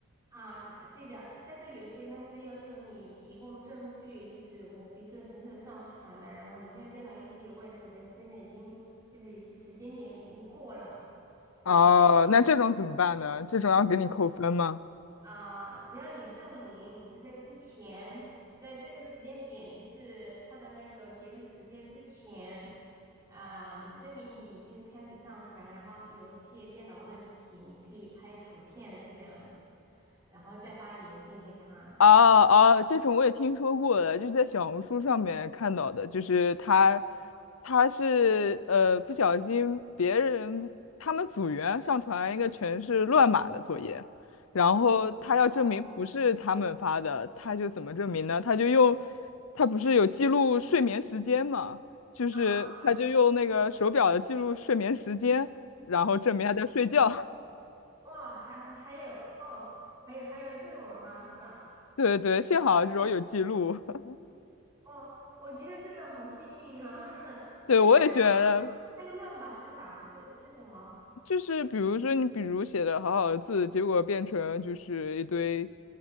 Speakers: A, on the right; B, on the left.
A: 啊，呃对的，但是有些他是要求你提供证据，就是我比如说什么时候上传的，然后你现在电脑一直有问题，但是现在已经就是已经时间点已经过了，所以
B: 哦，那这种怎么办呢？这种要给你扣分吗？
A: 啊，只要你证明你是在之前，在这个时间点，就是它的那个截止时间之前啊，你证明你已经开始上传，然后有一些电脑问题，你可以拍图片这个样子，然后再发邮件给他。
B: 啊啊，这种我也听说过的，就是在小红书上面看到的，就是他，他是呃不小心别人他们组员上传一个全是乱码的作业，然后他要证明不是他们发的，
A: 哦
B: 他就怎么证明呢？他就用，他不是有记录睡眠时间嘛，就是他就用那个手表的记录睡眠时间，
A: 啊。
B: 然后证明他在睡觉。<laughs>
A: 哇，还还还有哦，还有还有这种哈，是吧？
B: 对对，幸好这种有记录。<laughs>
A: 哦，我觉得这种好幸运哈。<laughs> 那个代码，
B: 对，我也觉得。
A: 那个乱码是啥？是是什么？
B: 就是比如说你比如写的好好的字，结果变成就是一堆